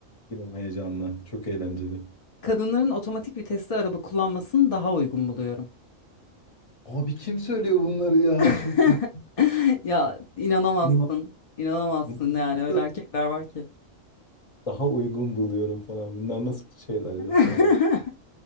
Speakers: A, on the left (about 30°); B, on the left (about 65°).
A: Diyorum heyecanla. Çok eğlenceli.
B: Kadınların otomatik vitesli araba kullanmasını daha uygun buluyorum.
A: Abi kim söylüyor bunları ya?
B: <laughs>
A: Çok ilginç.
B: Ya inanamazsın.
A: Bunlar,
B: inanamazsın
A: bunları
B: yani öyle
A: da
B: erkekler var ki.
A: daha uygun buluyorum falan. Bunlar nasıl şeyler ya
B: <laughs>
A: sorular.